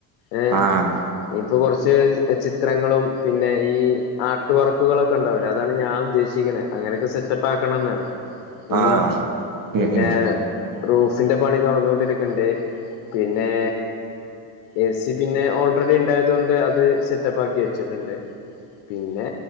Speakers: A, on the left; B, on the right.
A: ഏഹ്
B: ആഹ്
A: ഇൻക്ക് കുറച്ച് ചിത്രങ്ങളും പിന്നെ ഈ ആർട്ട് വർക്കുകളൊക്കെ ഉണ്ടാവില്ലേ അതാണ് ഞാൻ ഉദ്ദേശിക്കുന്നെ- അങ്ങനൊക്കെ സെറ്റപ്പാക്കണം എന്നാണ് ഉം
B: ആഹ്
A: പിന്നെ
B: ഉം ഉം
A: റൂഫിന്റെ പണി നടന്നു കൊണ്ടിരിക്കണ്ട് പിന്നേ എ സി പിന്നെ ഓൾറെഡി ഉണ്ടായതു കൊണ്ട് അത് സെറ്റപ്പ് ആക്കി വെച്ചിട്ടുണ്ട്. പിന്നെ